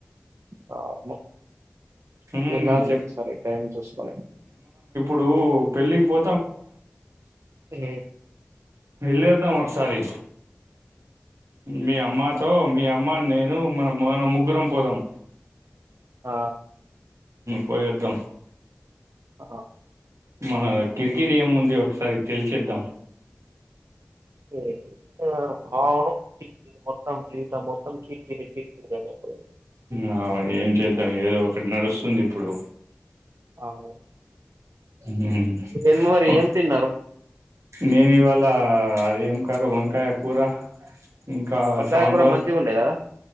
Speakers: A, on the right (about 75°); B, on the right (about 90°).
A: పాప్ము
B: ఉమ్,
A: వెళ్ళాలి
B: నేను చెప్
A: ఒకసారి టైం చూసుకొని
B: నువ్వు పెళ్లికి పో
A: ఊ
B: వెళ్లి వద్దాం ఒకసారి మీ అమ్మతో
A: అవును
B: మీ అమ్మ నేను మనం మనం ముగ్గురం పోదాం
A: ఆ
B: పోయేద్దాం
A: అ
B: మన కిరికిరి ఏముంది ఒకసారి తెలిచేద్దాం
A: ఏమైంది ఒ వావ్ ఇది మోత్తం జీవితం మో వాని కీర్కిరే కీర్కిర మొత్తం అంత
B: అ ఏం చేద్దాం ఏదో ఒకటి నడుస్తుంది ఇప్పుడు
A: అవును
B: ఊ
A: ఏం మరి
B: బా
A: ఏం తిన్నారు
B: నేను ఇవాళ అది ఏం కర్రీ వంకాయ కూర ఇంకా
A: వంకాయ
B: సాంబార్
A: కూర మంచిగుండే కదా